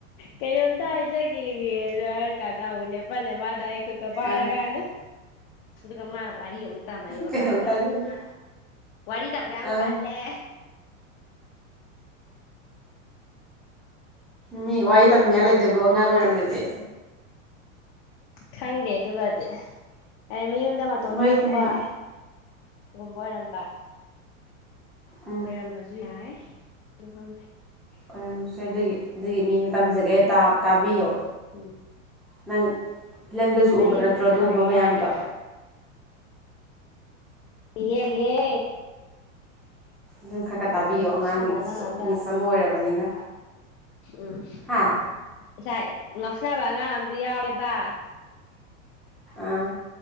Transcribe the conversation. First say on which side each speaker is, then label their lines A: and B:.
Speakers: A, on the left (about 40°); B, in the centre.
A: ꯀꯩꯅꯣꯝꯇ ꯍꯥꯏꯖꯒꯦꯌꯦ ꯍꯥꯢꯔꯀꯥꯟꯗ ꯑꯃꯨꯛ ꯂꯦꯞꯍꯥꯜꯂꯦ ꯃꯥꯅ ꯑꯩꯥ ꯈꯨꯠꯇꯣ ꯄꯥꯢꯔ
B: ꯑꯥ
A: ꯀꯥꯟꯗ ꯑꯗꯨꯒ ꯃꯥꯅ ꯋꯥꯔꯤ ꯑꯃꯨꯛ ꯇꯥꯝꯃꯛꯢꯕ
B: ꯀꯩꯅꯣꯝꯇ
A: ꯈꯪꯕ꯭ꯔꯥ
B: ꯍꯥꯏꯖꯒꯦ
A: ꯋꯥꯔꯤ ꯇꯝꯕ ꯌꯥꯝ
B: ꯑꯥ
A: ꯀꯜꯂꯦ
B: ꯃꯤ ꯋꯥꯔꯤ ꯇꯝꯅꯤꯡꯉꯥꯏ ꯂꯩꯇꯕ ꯑꯉꯥꯡ ꯑꯣꯏꯔꯝꯃꯗꯤ
A: ꯈꯪꯗꯦ ꯑꯗꯨꯒꯗꯤ ꯍꯥꯏ ꯃꯌꯨꯝꯗ ꯃꯇꯣꯟꯗ
B: ꯋꯥꯔꯤ
A: ꯄꯣꯛꯄ
B: ꯇꯝꯐꯝ
A: ꯒꯨꯝꯕ ꯑꯣꯏꯔꯝꯕ
B: ꯎꯝ
A: ꯑꯣꯏꯔꯝꯕꯁꯨ ꯌꯥꯏ ꯑꯗꯨ ꯈꯪꯗꯦ
B: ꯑꯣꯢꯔꯝꯗꯔꯦ ꯑꯗꯨꯒꯤ ꯑꯗꯨꯒꯤ ꯃꯤꯅ ꯇꯝꯖꯒꯦ ꯇꯥ ꯇꯥꯕꯤꯌꯣ
A: ꯎꯝ
B: ꯅꯪ ꯐꯤꯂꯝꯗꯁꯨ
A: ꯋꯥꯔꯤ
B: ꯎꯕ ꯅꯠꯇ꯭ꯔꯣ
A: ꯑꯃꯕꯨ ꯍꯦꯛ
B: ꯑꯗꯨꯒꯨꯝꯕ
A: ꯍꯧꯈꯤ
B: ꯃꯌꯥꯝꯗꯣ
A: ꯇꯥꯔꯗꯤ ꯂꯤꯌꯦ ꯂꯤꯌꯦ
B: ꯅꯪ ꯈꯔ ꯈꯔ ꯇꯥꯕꯤꯌꯣ
A: ꯉꯥꯎꯁꯤꯟꯅꯕ
B: ꯑꯉꯥꯡꯒꯤꯗꯨꯁꯨ
A: ꯑꯉꯥꯡ
B: ꯃꯤꯁ
A: ꯌꯥꯎꯋꯦ
B: ꯑꯃ ꯑꯣꯏꯔꯕꯅꯤꯅ
A: ꯎꯝ
B: ꯍꯥ
A: ꯉꯁꯥꯏ ꯉꯥꯎꯁꯤꯟꯅꯕ ꯑꯉꯥꯡ ꯑꯃꯗꯤ ꯌꯥꯎꯋꯦꯕ
B: ꯑꯥ